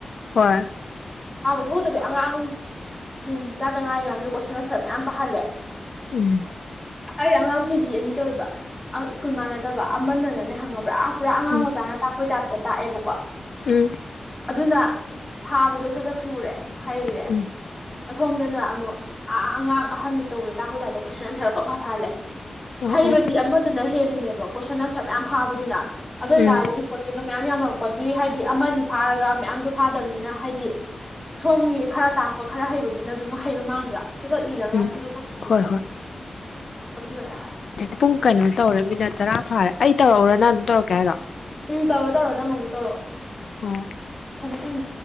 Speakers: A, on the left; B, in the centre.
A: ꯍꯣꯏ
B: <unintelligible> ꯑꯉꯥꯡ ꯇꯤꯟ ꯆꯠ ꯇ ꯉꯥꯏꯔꯤꯉꯥꯏꯗ ꯀꯣꯏꯁꯟ ꯑꯟꯁꯔ ꯃꯌꯥꯝ ꯄꯥꯍꯜꯂꯦ
A: ꯎꯝ
B: ꯑꯩ ꯑꯉꯥꯡ ꯀꯦꯖꯤ ꯑꯅꯤ ꯇꯧꯑꯦꯕ ꯁ꯭ꯀꯨꯜ ꯃꯥꯟꯅ ꯅꯠꯇꯕ ꯑꯃꯟꯅꯅꯅꯦ ꯈꯪꯉꯕ꯭ꯔꯥ ꯄꯨꯔꯥ ꯑꯉꯥꯡ
A: ꯎꯝ
B: ꯃꯆꯥꯅ ꯇꯥꯛꯄꯩ ꯇꯥꯏꯞꯇ ꯇꯥꯛꯑꯦꯕꯀꯣ
A: ꯎꯝ
B: ꯑꯗꯨꯅ ꯐꯥꯕꯗꯣ ꯁꯠ ꯁꯠ ꯊꯨꯔꯦ ꯍꯩꯔꯦ
A: ꯎꯝ
B: ꯑꯁꯣꯝꯗꯅ ꯑꯃꯨꯛ ꯑꯥ ꯑꯉꯥꯡ ꯑꯍꯟꯅ ꯑꯆꯧꯕꯗ ꯇꯥꯛꯄꯩ ꯇꯥꯏꯞꯇ ꯀꯣꯏꯁꯟ ꯑꯟꯁꯔ ꯄꯛꯐꯥ ꯐꯥꯍꯜꯂꯦ
A: ꯑꯣ
B: ꯍꯩꯕꯗꯤ
A: ꯑꯣ
B: ꯑꯃꯗꯨꯅ ꯍꯦꯜꯂꯤꯅꯦ ꯑꯗꯣ ꯀꯣꯏꯁꯟ ꯑꯟꯁꯔ ꯃꯌꯥꯝ ꯐꯥꯕꯗꯨꯅ ꯑꯗꯣꯏ
A: ꯎꯝ
B: ꯇꯥꯔꯖꯨ ꯏꯝꯄꯣꯔꯇꯦꯟꯗꯣ ꯃꯌꯥꯝ ꯌꯥꯝꯃꯝ ꯄꯒꯤ ꯍꯥꯏꯗꯤ ꯑꯃꯅꯤ ꯐꯥꯔꯒ ꯃꯌꯥꯝꯗꯣ ꯐꯥꯗꯕꯅꯤꯅ ꯍꯥꯏꯗꯤ ꯁꯣꯝꯒꯤ ꯈꯔ ꯇꯥꯛꯄ ꯈꯔ ꯍꯩꯕꯗꯨꯅ ꯑꯗꯨꯝ ꯍꯩꯕ ꯃꯥꯟꯗ꯭ꯔꯥ ꯁꯠ ꯁꯠ ꯏꯔꯒ
A: ꯎꯝ
B: ꯁꯠ ꯁꯠ ꯆꯠꯈꯤꯕꯗꯨꯅ
A: ꯍꯣꯏ ꯍꯣꯏ
B: ꯑꯗꯨꯅ ꯌꯥꯔꯦ
A: ꯄꯨꯡ ꯀꯩꯅꯣ ꯇꯧꯔꯦ ꯃꯤꯅꯠ ꯇꯔꯥ ꯐꯔꯦ ꯑꯩ ꯇꯧꯔꯛꯎꯔ ꯅꯪ ꯑꯗꯨꯝ ꯇꯧꯔꯛꯀꯦ ꯍꯥꯏꯔꯣ
B: ꯎꯝ ꯇꯧꯔꯣ ꯇꯧꯔꯣ ꯅꯪ ꯑꯃꯨꯛ ꯇꯧꯔꯛꯑꯣ
A: ꯑꯣ
B: ꯊꯝꯃꯦ ꯊꯝꯃꯦ